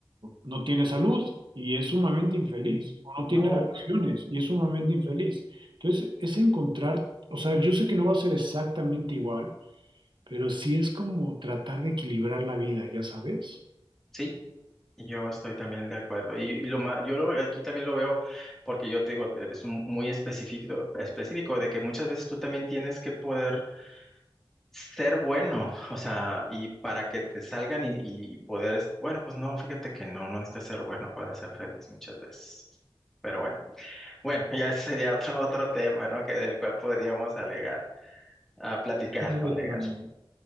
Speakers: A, on the right (about 60°); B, in the centre.
A: no tiene salud y es sumamente infeliz,
B: mm,
A: o no
B: no,
A: tiene relaciones y es sumamente infeliz. Entonces, es encontrar, o sea, yo sé que no va a ser exactamente igual, pero sí es como tratar de equilibrar la vida, ya sabes.
B: sí, yo estoy también de acuerdo. Y, y lo ma- yo lo- aquí también lo veo porque yo te digo, es un- muy específico, específico de que muchas veces tú también tienes que poder ser bueno, o sea, y para que te salgan y, y poder, est- bueno, pues no, fíjate que no, no necesitas ser bueno para ser feliz muchas veces. Pero bueno, bueno, <laughs> ya sería otro, otro tema, ¿no? Que del cual podríamos alegar, ah, platicar,
A: Sí,
B: no
A: es,
B: alegar.
A: mami.